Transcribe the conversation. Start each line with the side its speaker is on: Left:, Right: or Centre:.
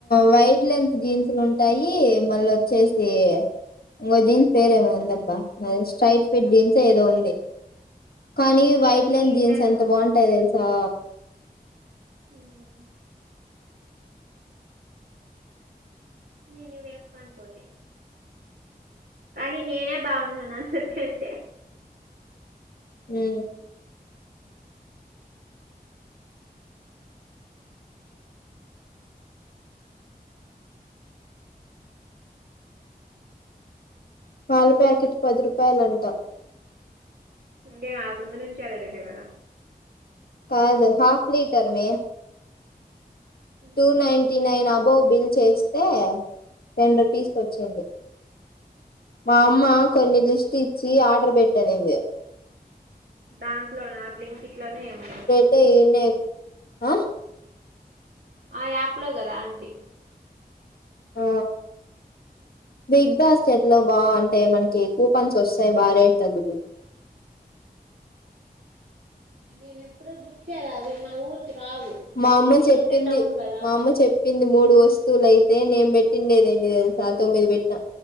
Left: వైట్ లెంత్ జీన్స్లు ఉంటాయి మళ్ళ వచ్చేసి ఇంగో జీన్స్ పేరు ఏదో ఉంది అబ్బ స్ట్రైట్ ఫిట్ జీన్స్ ఏదో ఉంది కానీ
Right: ఆ
Left: వైట్
Right: వాళ్ళు
Left: లైన్
Right: జీన్స్లు
Left: జీన్స్
Right: వేసుకొని
Left: ఎంత బాగుంటాయో తెలుసా
Right: హ్ నేను ఇవి ఏసుకొనిపోతి కానీ నేనే బాగున్నాను అందరి కంటే
Left: ఏ పాల ప్యాకెట్ పది రూపాయలు అంట
Right: అంటే ఆ ముందు నుంచి అదే రేటు కదా
Left: కాదు హాఫ్ లీటర్ మే
Right: కదా
Left: టూ నైన్టీ నైన్ అబోవ్ బిల్ చేస్తే టెన్ రూపీస్కి వచ్చింది మా అమ్మ కొన్ని లిస్ట్ ఇచ్చి ఆర్డర్ పెట్టనుంది
Right: దాంట్లోన బ్లింక్ ఇట్ లోన ఏమో
Left: టేనే ఆ
Right: ఆ యాప్ లో కదా అంటి
Left: ఆ బిగ్ బాస్కెట్ లో బాగుంటాయి మనకి కూపన్స్ వస్తాయి బా రేట్ తగ్గుతుంది
Right: నేను ఎప్పుడూ బుక్ చేయలే అది మా ఊరికి రావు
Left: మా అమ్మ
Right: మీదంటే
Left: చెప్పింది
Right: టౌన్ కదా
Left: మా అమ్మ చెప్ ప్పింది మూడు వస్తువులు అయితే నేను పెట్టింది ఏది ఎన్ని తెలుసా తొమ్మిది పెట్ నా